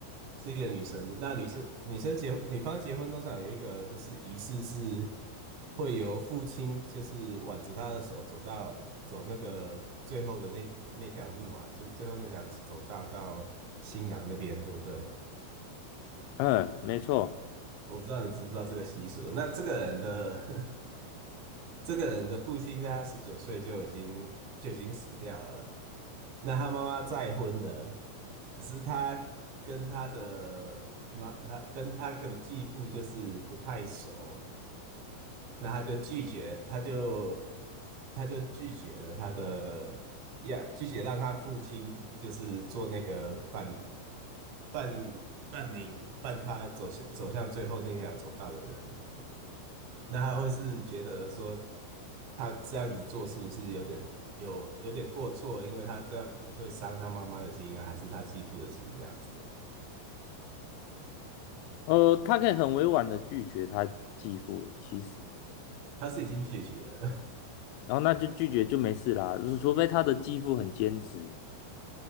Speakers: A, on the right (about 65°); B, on the left (about 80°).
A: 是一个女生。那女生女生结女方结婚通常有一个就是仪式是会由父亲就是挽着她的手走到走那个最后的那那条路嘛，最最后那条走道到新郎那边，对不对？
B: 嗯，没错，
A: 我不知道你知不知道这个习俗。那这个人的 <laughs> 这个人的父亲在他十九岁就已经就已经死掉了。那他妈妈再婚了，可是他跟他的妈，他跟他的继父就是不太熟，那他就拒绝，他就他就拒绝了他的呀，拒绝让他父亲就是做那个伴伴伴你伴他走向走向最后那条走道的人。那他会是觉得说，他这样子做是不是有点有有点过错？因为他这样可能会伤他妈妈的心啊，还是他继父的心这样子？
B: 呃，他可以很委婉的拒绝他继父，欸其实，
A: 他是已经拒绝了，
B: 然后那就拒绝就没事啦，除除非他的继父很坚持。